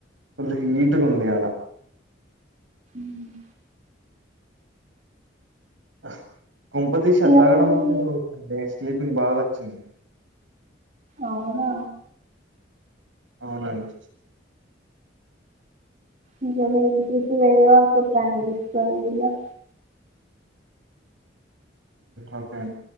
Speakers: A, on the right (about 85°); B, on the right (about 40°).
A: పు పట్టుకుంది ఆడ
B: మ్మ్
A: ఆ కొంప తీసి
B: ఇక
A: ఆది తాగడం
B: మీరు
A: వల్ల
B: మీ
A: <unintelligible> స్లీపింగ్ బాగా వచ్చింది
B: అవునా
A: అవునండి
B: ఇంకా మీరు ట్రిప్ వేరే వాళ్ళతో ప్లాన్ చేసుకోండి ఇక
A: ఒకే అండి